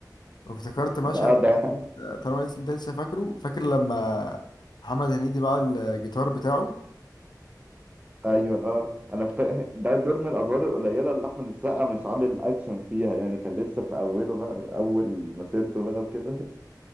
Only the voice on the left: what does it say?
وافتكرت مشهد
قلت، آه، طالما لسه انت لسه فاكره فاكر لما محمد هنيدي باع الجيتار بتاعه